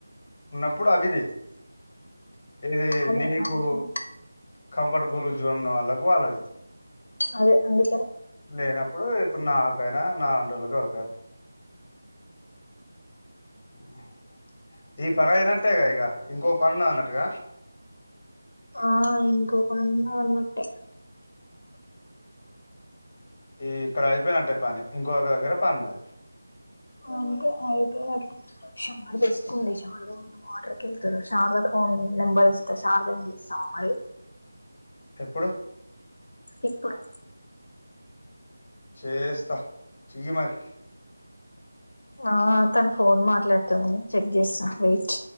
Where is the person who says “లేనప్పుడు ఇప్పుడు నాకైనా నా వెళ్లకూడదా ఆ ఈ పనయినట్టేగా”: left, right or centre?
Left